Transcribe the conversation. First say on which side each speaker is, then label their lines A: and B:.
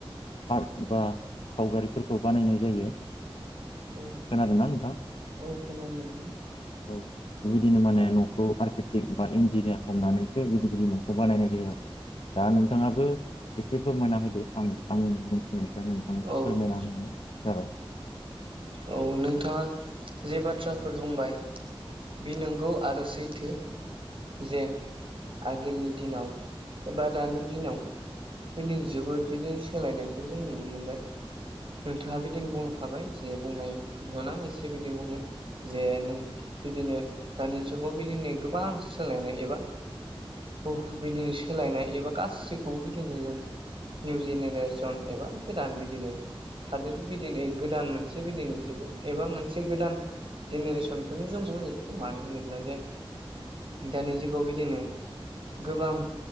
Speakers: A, on the left (about 75°); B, on the right (about 65°).
A: पार्क बा सावगारिफोरखौ बानायनाय जायो।
B: औ
A: खोनादों ना नोंथां?
B: औ खोनादोंं <unintelligible>
A: औ बेबायदिनो माने न'खौ आर्किटेक्ट बा इन्जिनियार हमनानैसो गिदिर गिदिर न'खौ बानायनाय जायो आरो दा नोंथाङाबो एसे फोरमायना होदो आं आंनि मोनथिनाय बेखायनो नोंथां
B: औ
A: फोरमायना होनाय जाबाय।
B: औ नोंथाङा जे बाथ्राफोर बुंबाय बे नोंगौ आरो सैथो। जे आगोलनि दिनाव एबा दानि दिनाव बिदि जोबोद बिदि सोलायनायखौ जों नुनो मोनबाय। नोंथाङा बिदिनो बुंखाबाय जे बुंनायफोरखौनो आ एसे बिदिनो बुंनो जे नों बिदिनो दानि जुगाव बिदिनो गोबां सोलायनाय एबा बह बिदिनो सोलायनाय एबा गासैखौबो बिदिनो जों निउ जेनेरेसन एबा गोदान बिदिनो हादोरनि बिदिनो गोदान मोनसे बिदनि जिबन एबा मोनसे गोदान जेनेरेसनखौनो जों बुंजायो मानो होनोब्ला जे दानि जुगाव बिदिनो गोबां